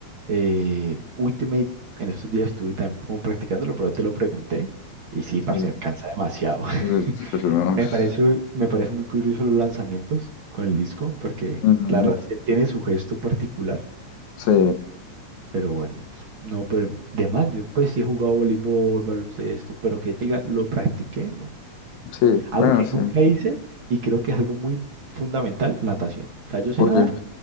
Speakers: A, on the right; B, on the left.
A: eh, Ultimate. En estos días estuve también como practicándolo, pero te lo pregunté. Y sí,
B: Sí,
A: parce, cansa demasiado. <laughs>
B: pues, pues, unos-
A: Me parece, me parece muy curioso los lanzamientos con el disco, porque
B: ujú,
A: la verdad sí tiene su gesto particular,
B: Sí,
A: pero bueno, no, pero de más, yo pues sí he jugado voleibol, baloncesto, pero que te diga, lo practiqué, ¿no?
B: sí,
A: Algo
B: bueno,
A: que
B: sí.
A: nunca hice y creo que es algo muy fundamental, natación. O sea, yo sé
B: Oye.
A: nadar